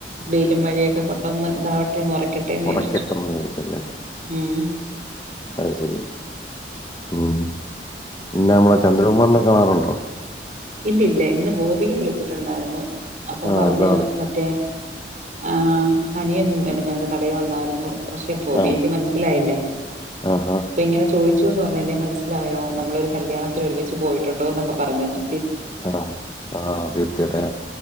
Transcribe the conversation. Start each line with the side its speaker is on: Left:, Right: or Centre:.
Right: വെയിലും മഴയൊക്കെ കൊണ്ടൊന്ന് ഇതാവട്ടെ <unintelligible>
Left: ഉറക്കട്ടമായസല്ലേ
Right: വിചാരിച്ചു ഉം
Left: അത് ശെരി ഉം പിന്നെ നമ്മുടെ ചന്ദ്രകുമാറിനെ കാണാറുണ്ടോ
Right: ഇല്ല ഇല്ല ഇന്ന് ഗോപിക വിളിച്ചിട്ടുണ്ടായിരുന്നു അപ്പം
Left: ആ,
Right: പറഞ്ഞു
Left: എന്താ
Right: മറ്റേ ആഹ് അനിയൻ മിനിഞ്ഞാന്ന് കടയിൽ വന്നായിരുന്നു പക്ഷെ ഗോബി
Left: ആ
Right: കയ്ക്ക് മനസ്സിലായില്ല
Left: ആഹാ
Right: അപ്പൊ ഇങ്ങനെ ചോദി ച്ചുന്ന് പറഞ്ഞ എന്നെ മനസിലായോ നമ്മളൊരു കല്യാണത്തിൽ ഒരുമിച്ച് പോയിട്ടുണ്ടോന്നൊക്കെ പറഞ്ഞ് എന്ന്
Left: ആഹ, ആഹ്, ദീപ്ത്തിടെ